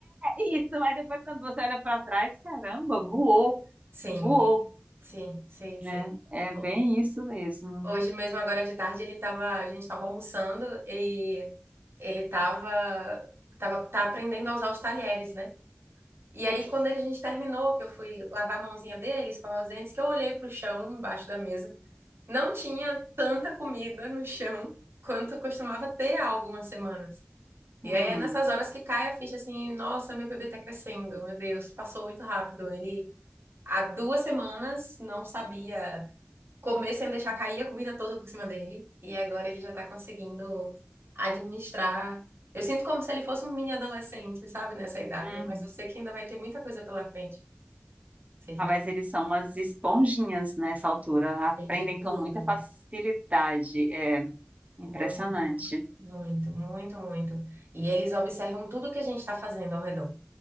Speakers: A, on the right; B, on the right.
A: é isso, mas depois quando você olha para trás, caramba, voou,
B: Sim,
A: Voou,
B: sim, sim,
A: né?
B: sim.
A: É bem
B: Ho-
A: isso mesmo.
B: Hoje mesmo, agora de tarde, ele tava, a gente estava almoçando e ele estava tava, tava- tá aprendendo a usar os talheres, né? E
A: É
B: aí,
A: que...
B: quando a gente terminou, que eu fui lavar a mãozinha dele, escovar os dentes, que eu olhei pro chão, embaixo da mesa, não tinha tanta comida no chão quanto costumava ter há algumas semanas.
A: hum,
B: E aí é nessas horas que cai a ficha assim, nossa, meu bebê tá crescendo, meu Deus, passou muito rápido. Ele há duas semanas não sabia comer sem deixar cair a comida toda por cima dele. E agora ele já tá conseguindo administrar. Eu sinto como se ele fosse um mini adolescente, sabe, nessa idade.
A: hum.
B: Mas eu sei que ainda vai ter muita coisa pela frente. Sei que
A: Ah,
B: ainda
A: mas
B: vai
A: eles são umas esponjinhas nessa altura. Aprendem
B: ter de tudo.
A: com muita facilidade. É impressionante.
B: Muito, muito, muito, muito. E eles observam tudo que a gente está fazendo ao redor.